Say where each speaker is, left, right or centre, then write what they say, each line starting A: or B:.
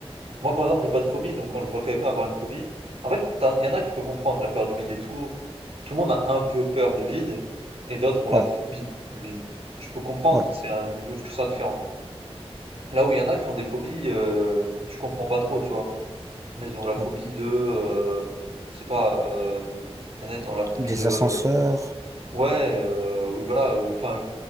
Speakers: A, on the right (about 75°); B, on the right (about 30°).
A: moi, par exemple, j'ai pas de phobie, donc quand je vois quelqu'un avoir une phobie, en fait, t'en- il y en a que tu peux comprendre, la peur du vide et tout. Tout le monde a un peu peur du vide, et d'autres ont la
B: Ouais,
A: phobie du vide. Je peux comprendre,
B: ouais,
A: c'est un niveau de ça différent. Là où il y en a qui ont des phobies, euh, tu comprends pas trop, tu vois. Ils ont la phobie
B: ouais.
A: de, euh, je sais pas, euh, il y en a qui ont la phobie
B: Des
A: de
B: ascenseurs,
A: Ouais, heu, oui voilà, heu, enfin,